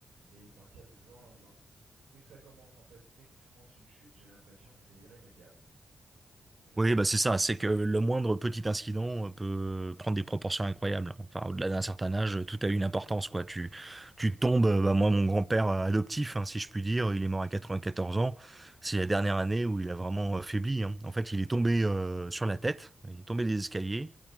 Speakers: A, on the right; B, on the right.
A: et partir du jour au lendemain. Dès que ça commence, en fait, dès que tu commences une chute, j'ai l'impression que c'est irrémédiable. Enfin, je sais
B: Oui,
A: pas.
B: bah c'est ça, c'est que le moindre petit incident euh, peut prendre des proportions incroyables. Enfin, au-delà d'un certain âge, tout a une importance, quoi. Tu, tu tombes, euh, bah moi, mon grand-père euh, adoptif, hein, si je puis dire, il est mort à 94 ans. C'est la dernière année
A: D'accord.
B: où il a vraiment euh, faibli, hein. En fait, il est tombé euh, sur la tête, il est tombé des escaliers,